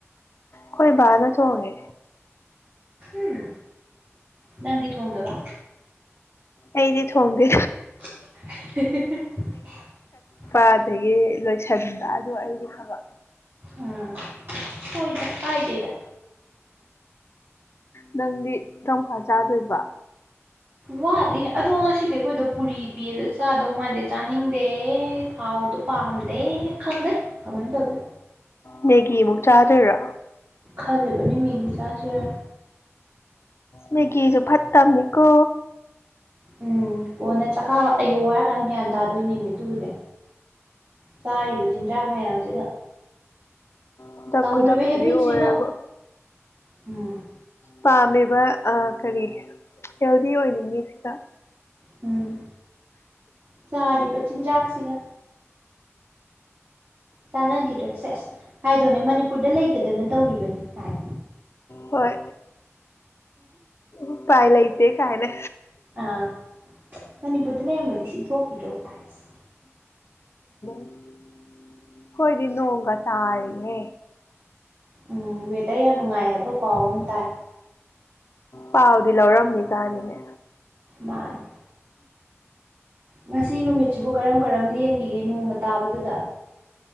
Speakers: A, on the left; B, on the right.
A: ꯈꯣꯏ ꯕꯥꯅ ꯊꯣꯡꯉꯦ
B: ꯎꯝ ꯅꯪꯗꯤ ꯊꯣꯡꯗꯕ
A: ꯑꯩꯗꯤ ꯊꯣꯡꯗꯦ
B: <unintelligible>
A: ꯄ ꯑꯗꯒꯤ ꯂꯣꯏꯁꯟꯕ ꯑꯗꯨ ꯑꯩꯒꯤ ꯊꯕꯛ
B: ꯎꯝ ꯍꯣꯏꯗ ꯀꯥꯏꯗꯦꯗ
A: ꯅꯪꯗꯤ ꯀꯝꯀꯥꯟ ꯆꯥꯗꯨꯏꯕ
B: ꯋꯥꯠꯂꯤ ꯑꯗꯣ ꯉꯁꯤꯗꯤ ꯑꯈꯣꯏꯗꯣ ꯄꯨꯔꯤ ꯄꯤ ꯑꯗꯣ ꯆꯥꯗꯧ ꯃꯥꯥꯟꯗꯦ ꯆꯥꯅꯤꯡꯗꯦ ꯊꯥꯎꯗꯣ ꯄꯥꯝꯗꯦ ꯢ ꯈꯪꯗ ꯀꯃꯥꯏꯟ ꯇꯧꯗ
A: ꯃꯦꯒꯤ ꯑꯃꯨꯛ ꯆꯥꯗꯣꯏꯔꯣ
B: ꯈꯜꯂꯤꯕꯅꯤ ꯃꯦꯒꯤ ꯆꯥꯁꯤꯔꯥꯅ
A: ꯃꯦꯒꯤꯁꯨ ꯐꯠꯇꯝꯅꯤꯀꯣ
B: ꯎꯝ ꯀꯣꯟꯅ ꯆꯛꯈꯥꯎ ꯑꯌꯣ ꯍꯥꯏꯔ ꯀꯥꯟ ꯒ꯭ꯌꯥꯟ ꯇꯥꯗꯣꯏꯅꯦꯃꯤ ꯑꯗꯨꯕꯨꯗꯤ ꯆꯥꯔꯤꯕ ꯆꯤꯟꯖꯥꯛ ꯃꯌꯥꯝꯁꯤꯒ
A: ꯈꯨꯗꯛ
B: ꯇꯧꯔꯤꯕ
A: ꯈꯨꯗꯛꯇꯗꯤ
B: ꯍꯦꯕꯤꯠꯁꯤꯒ
A: ꯑꯣꯏꯔꯦꯕꯣ
B: ꯎꯝ
A: ꯄꯥꯝꯃꯦ ꯕ ꯑꯥ ꯀꯔꯤ ꯍꯦꯜꯗꯤ ꯑꯣꯏꯅꯤꯡꯉꯤꯁꯤꯗ
B: ꯎꯝ ꯆꯥꯔꯤꯕ ꯆꯤꯟꯖꯥꯛꯁꯤꯒ ꯆꯥꯅꯒꯤ ꯇ꯭ꯔꯦ ꯁꯦꯁ ꯍꯥꯢꯗꯧꯅꯦ ꯃꯅꯤꯄꯨꯔꯗ ꯂꯩꯇꯗꯅ ꯇꯧꯔꯤꯕꯅꯤ ꯀꯥꯏ
A: ꯍꯣꯏ ꯎꯄꯥꯏ ꯂꯩꯇꯦ ꯀꯥꯏꯅ
B: ꯑꯥ ꯃꯅꯤꯄꯨꯔꯗ ꯂꯩꯔꯝꯃꯗꯤ ꯁꯤ ꯊꯣꯛꯈꯤꯗ꯭ꯔꯣ ꯀꯥꯢꯁ
A: <unintelligible> ꯈꯣꯏꯗꯤ ꯅꯣꯡꯒ ꯇꯥꯔꯤꯌꯦ
B: ꯎꯝ ꯋꯦꯗꯔ ꯌꯥꯝ ꯅꯨꯡꯉꯥꯏ ꯍꯥꯏꯕ ꯄꯥꯎ ꯑꯝ ꯇꯥꯏ
A: ꯄꯥꯎꯗꯤ ꯂꯧꯔꯝꯃꯤꯖꯥꯅꯤꯅꯦ
B: ꯃꯥꯟꯅꯤ ꯉꯁꯤ ꯅꯨꯃꯤꯠ ꯁꯤꯕꯨ ꯀꯔꯝ ꯀꯔꯝ ꯂꯦꯟꯒꯤꯒꯦ ꯅꯣꯡꯒ ꯇꯥꯕꯗꯨꯗ